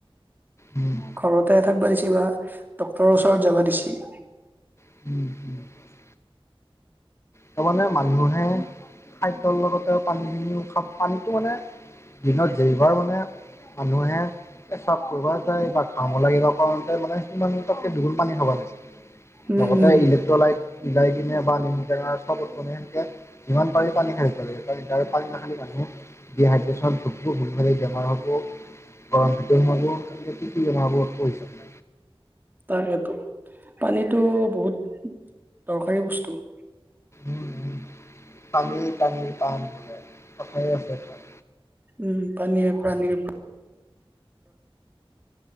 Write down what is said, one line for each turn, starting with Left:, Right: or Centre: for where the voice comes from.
Left: উম
Right: ঘৰতে থাকবা দিছে বা ডক্তৰৰ ওচৰত যাবা দিছে।
Left: <inaudible> তাৰমানে মানুহে খাদ্যৰ লগতে পানীখিনিও খা পানীটো মানে দিনত যেবাৰ মানে মানুহে পেচাব কৰিব যায় বা ঘাম ওলাই কিবা কাৰণতে মানে সিমান তাতকৈ দুগুণ পানী খাব লাগে
Right: উম
Left: লগতে
Right: উম
Left: ইলেক্ট্ৰলাইট মিলাই কিনে বা নেমু টেঙা তেনেকে যিমান পাৰি পানী খাই থাকিব লাগে পানী নাখালে মানুহ ডিহাইড্ৰ্যছন <unintelligible> বেমাৰ হ'ব গৰম ভিতৰত সোমাব <unintelligible>
Right: তাকেটো পানীটো বহুত দৰকাৰী বস্তু।
Left: উম উম পানীয়েই প্ৰানীৰ প্ৰাণ বোলে কথায়ে আছে এটা।
Right: উম পানীয়েই প্ৰাণীৰ প্ৰা